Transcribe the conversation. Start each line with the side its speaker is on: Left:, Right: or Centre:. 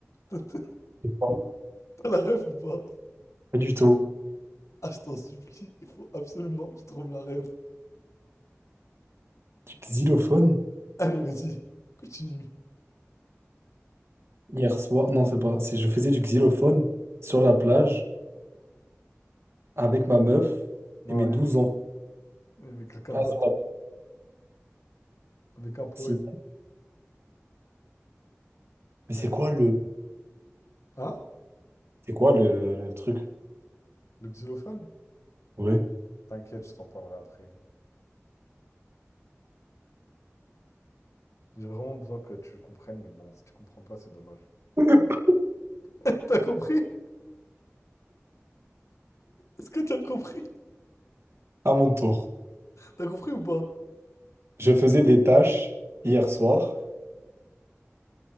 Left: T'as t'as-
Right: Oh,
Left: t'as la ref ou pas?
Right: Pas du tout.
Left: Ah, je t'en supplie, il faut absolument que tu trouves la ref.
Right: Du xylophone?
Left: Allez, vas-y, continue.
Right: Hier soir. Non, c'est pas. C'est je faisais du xylophone sur la plage avec ma meuf
Left: Non,
Right: et mes douze
Left: il y avait, que-
Right: enfants
Left: il y avait quelqu'un
Right: Ah,
Left: d'autre,
Right: sur la
Left: avec un poète.
Right: piscine. Mais
Left: Allez.
Right: c'est quoi le.
Left: Hein?
Right: C'est quoi le, le truc?
Left: Le xylophone?
Right: Ouais.
Left: T'inquiète, je t'en parlerai après. J'ai vraiment besoin que tu comprennes, mais bon, si tu comprends pas, c'est dommage.
Right: <laughs>
Left: <laughs> T'as compris? Est-ce que t'as compris?
Right: À mon tour.
Left: T'as compris ou pas?
Right: Je faisais des tâches hier soir.